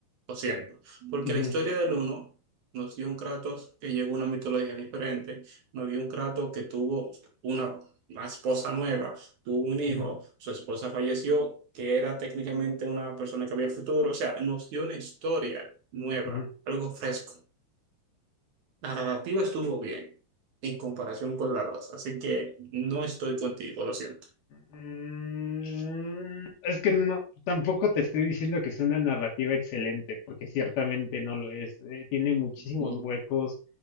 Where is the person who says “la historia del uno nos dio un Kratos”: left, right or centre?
Right